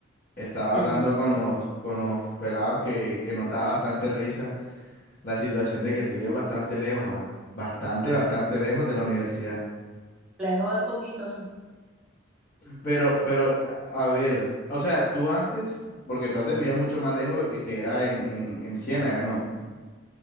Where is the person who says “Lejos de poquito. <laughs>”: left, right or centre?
Centre